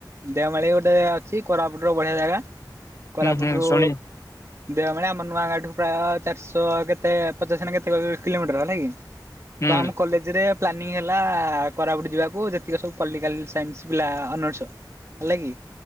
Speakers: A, on the right; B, on the left.
A: ଦେଓମାଳି ଗୋଟେ ଅଛି କୋରାପୁଟ ର ବଢିଆ ଜାଗା କୋରାପୁଟରୁ
B: ହୁଁ ହୁଁ ଶୁଣି
A: ଦେଓମାଳ ଆମର ନୂଆ ଗାଁ ଠୁ ପ୍ରାୟ ଚାରିଶ କେତେ ପଚାଶ୍ ନାଁ କେତେ ପାଖାପାଖି କିଲୋମିଟର ହେଲାକି।
B: ହୁଁ
A: ତ ଆମ କଲେଜ୍ ରେ ପ୍ଲାନିଂ ହେଲା କୋରାପୁଟ୍ ଯିବାକୁ ଯେତିକି ସବୁ ପଲ୍ଟିକାଲ୍ ସାଇନ୍ସ ପିଲା ଅନର୍ସ ହେଲା କିି